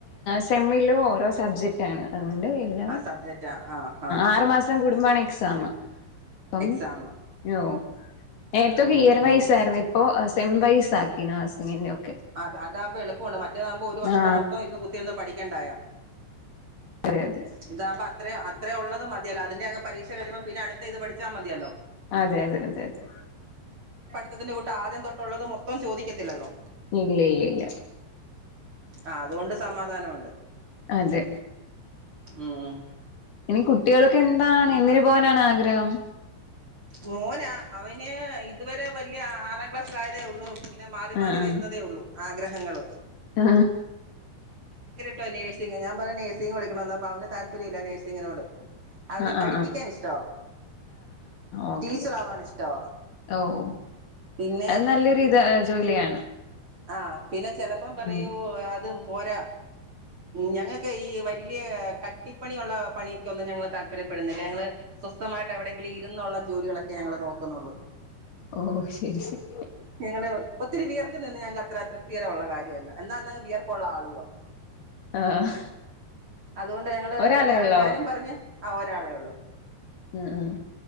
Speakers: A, on the left; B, on the right.
A: സെമ്മിലും ഓരോ സബ്ജക്ട് സബ്ജക്റ്റ് അണ്അത്കൊണ്ട് എല്ലാം
B: ആ സബ്ജക്റ്റാ ആഹ് ആഹ്
A: ആറ് മാസ കുടു മണി എക്സാം തം
B: എക്സാം
A: <unintelligible> നേരത്തൊക്കെ
B: ഉം
A: ഇയർ വയസ്സായിരുന്നു
B: ഉം
A: ഇപ്പോ സെമ്പൈസാക്കി നാസിങ്ങിന്റെ ഒക്കെ
B: അത അതാക്പോ എളുപ്പമാണ് മറ്റേ താമ്പോ ഒരു വർഷത്തെ
A: ആ
B: മൊത്തം ഇന്ന് കുത്തി ഇരുന്ന് പഠിക് ക്കെണ്ടായോ
A: അതെ അതെ
B: ഇതാവമ്പോ അത്രയും അത്ര ഉള്ളത് മതിയോ അതിന്റെ അങ് പരീക്ഷ കഴിയുമ്പം പിന്ന അടുത്ത ഇത് പഠിച്ചാ മതിയല്ലോ
A: അതെ അതെ അതെ അതെ
B: ത്തിന്റെ കൂട്ട് ആദ്യം തൊട്ടുള്ളത് മൊത്തം ചോദിക്കത്തില്ലല്ലോ
A: ഇല്ലല്ലല്ല
B: ആ അതുകൊണ്ട് സമാധാനമുണ്ട്
A: അതെ
B: ഉം ഉം
A: ഇനി കുട്ടികൾക്ക് എന്താണ് എന്തിന് പോകാനാണ് ആഗ്രഹം
B: മോന അവന് ഇതുവരെ വല്യ ആറാം ക്ലാസ്സിലായതേ ഉള്ളൂ ഇങ്ങനെ മാറി
A: ആ
B: മാറി
A: ആ
B: വരുന്നതേ ഉള്ളൂ ആഗ്രഹങ്ങൾ
A: ആ
B: ട്ടോ നേഴ്സിങ് ഞാൻ പറയും പടിക്കണോന്നു അപ്പൊ അവന് താല്പര്യില്ല നേഴ് സിങ്ങിനോട് അവന് പഠിപ്പിക്കാൻ
A: ആ
B: ഇഷ്ടവാ
A: ഒക്കെ
B: ടീച്ചർ
A: ഓക്കെ
B: ആവാൻ ഇഷ്ടവാ
A: ഓ ഓ
B: പിന്നെ
A: അത് നല്ലൊരു ഇത് ജോലിയാണ്
B: ആ പിന്നെ ചെലപ്പം പറയൂ
A: ഉം
B: അതും പോരാ ഞങ്ങക്ക് ഈ വലിയ കട്ടിപ്പണിയുള്ള പണിക്കൊന്നും ഞങ്ങൾ താല്പര്യപ്പെടുന്നില്ല ഞങ്ങള് സ്വസ്ഥമായിട്ട് എവിടെങ്കിലും ഇരുന്നുള്ള ജോലികളെ ഞങ്ങള് നോക്കുന്നുള്ളൂ
A: ഓ ശരി ശരി
B: ഞങ്ങള് ഒത്തിരി വിയർ <unintelligible> നിന്ന് ഞങ്ങക്ക് അത്ര തൃപ്കരമുള്ള കാര്യ എന്നാ എന്നങ് വിയർപ്പുള്ള ആളുവാ
A: ആഹ്
B: അതുകൊണ്ട് ഞങ്ങള്
A: ഒരാളെ
B: ഞാ
A: ഉള്ളോ
B: ഞാനും പറഞ്ഞെ ആ ഒരാളേ ഉള്ളൂ
A: ആ ആ